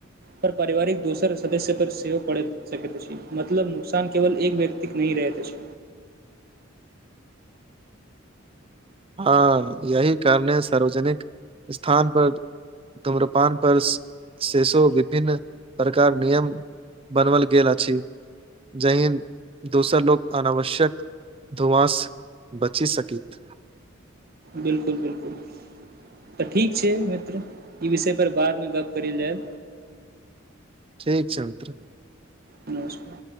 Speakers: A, on the right (about 50°); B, on the right (about 30°).
A: पर पारिवारिक दोसर सदस्य पर सेहो पड़ैत मतलब नुकसान केवल एक व्यक्तिक नही रहैत अछी
B: हँ यही कारणे सार्वजनिक स्थान पर तुम्रपान पर शेषो विभिन्न प्रकार नियम बनवल गेल अछि जहि दोसर लोक अनावश्यक धुआंस बचि सकीत
A: बिल्कुल बिल्कुल तऽ ठीक छै मित्र ई विषय पर बादमे गप करल जाय
B: ठीक छै मित्र
A: नमस्कार